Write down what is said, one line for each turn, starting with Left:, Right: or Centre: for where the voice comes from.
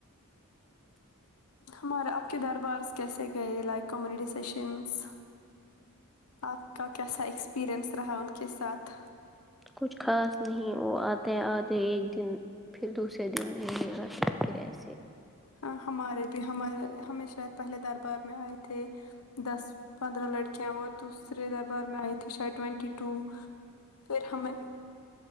Left: ہمارے آپ کے دربار کیسے گئے لائک کمیونٹی سشنس آپ کا کیسا ایکسپریئنس رہا ان کے ساتھ
Centre: کچھ خاص نہیں وہ آتے آدھے ایک دن پھر دوسرے دن نہیں آتے پھر ایسے
Left: ہاں ہمارے بھی ہمارے ہمیشہ شاید پہلے دربار میں آئے تھے دس پندرہ لڑکے کیا وہ دوسرے د بار میں آئی تھی شاید ٹوینٹی ٹو پھر ہمیں